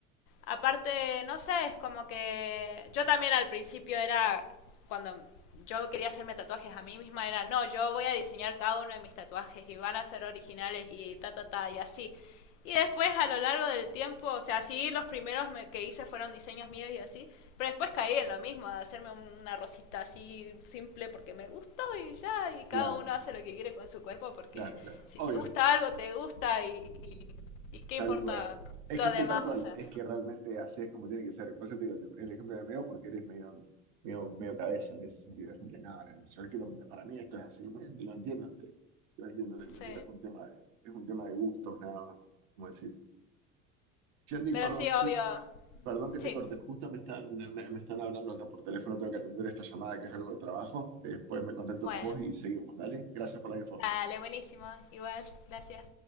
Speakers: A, on the left; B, on the right.
A: Aparte, no sé, es como que yo también al principio era, cuando yo quería hacerme tatuajes a mí misma, era, no, yo voy a diseñar cada uno de mis tatuajes y van a ser originales y ta, ta, ta, y así. Y después a lo largo del tiempo, o sea, sí, los primeros me- que hice fueron diseños míos y así, pero después caí en lo mismo, de hacerme un- una rosita así simple porque me gustó y ya, y cada
B: Claro,
A: uno hace lo que quiere con su cuerpo porque
B: claro, claro.
A: si
B: Obvio,
A: te gusta algo, te gusta y, y, y qué
B: tal
A: importa
B: cual. Es
A: lo
B: que sí,
A: demás,
B: tal cual.
A: o sea.
B: Es que realmente así es como tiene que ser. Por eso te digo, te ponía el ejemplo de Meo porque eres medio, medio, medio cabeza en ese sentido. Es como que, no, no, yo quiero, para mí esto es así. Bueno, Lo entiendo, lo entiendo, lo entiendo.
A: Sí,
B: Es un tema de, es un tema de gustos, nada más, como decís. Yandy,
A: pero
B: perdón,
A: sí,
B: ju-
A: obvio.
B: Perdón que
A: Sí,
B: te corte, justo me están, me, me están hablando acá por teléfono, tengo que atender esta llamada que es algo de trabajo. Después me contacto
A: bueno.
B: con vos y seguimos, ¿vale? Gracias por la info.
A: Dale, buenísimo. Igual, gracias.